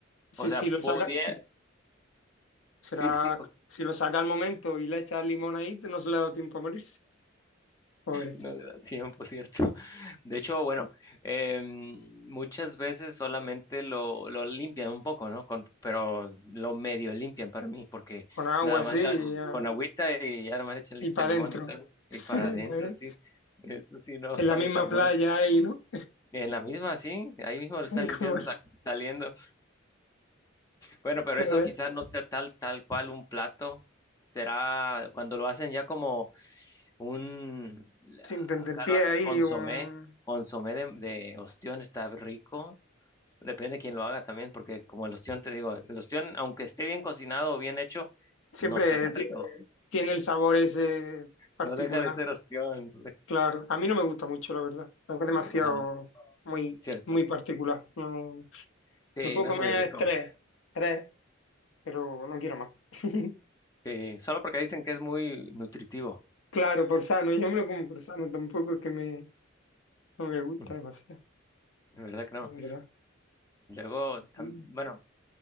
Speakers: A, on the left; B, on the left.
A: si,
B: O sea,
A: si lo
B: podría...
A: saca, será,
B: Sí, sí,
A: si lo saca al momento y le echa limón ahí, no se le ha dado tiempo a morirse. Pobrecito.
B: No le da tiempo, ¿cierto? <laughs> De hecho, bueno, em, muchas veces solamente lo, lo limpian un poco, ¿no? Con, pero lo medio limpian para mí, porque
A: con agua
B: nada
A: así
B: más
A: y,
B: la-
A: ya-
B: con agüita y ya nada más le echan
A: y
B: listo
A: para
B: el limón
A: adentro.
B: y tal, y
A: <laughs>
B: para adentro,
A: Pues,
B: sí. Eso sí no
A: en
B: sabe
A: la misma
B: tan
A: playa
B: bueno.
A: ahí, ¿no?
B: En la misma, sí, ahí mismo lo
A: <laughs>
B: están limpiando,
A: Como,
B: sa- saliendo. Bueno, pero
A: ¿verdad?
B: eso quizás no sea tal, tal cual un plato. Será cuando lo hacen ya como un,
A: sin tentempié
B: acá lo hacen
A: ahí,
B: consomé,
A: un...
B: consomé de, de ostión está rico. Depende de quién lo haga también, porque como el ostión, te digo, el ostión, aunque esté bien cocinado o bien hecho,
A: siempre
B: no está tan
A: ti-
B: rico.
A: tiene el sabor ese particular.
B: No deja de ser ostión.
A: Claro, a mí no me gusta mucho, la verdad. Es demasiado,
B: <laughs> Ajá,
A: muy,
B: cierto.
A: muy particular. No,
B: Sí,
A: me puedo
B: no
A: comer
B: es muy rico.
A: tres, tres, pero no quiero más. <laughs>
B: Sí, solo porque dicen que es muy nutritivo.
A: Claro, por sano, yo me lo como por sano, tampoco es que me, no me gusta
B: Mm,
A: demasiado,
B: De verdad que no.
A: la verdad.
B: Luego, tam-
A: Mm.
B: bueno,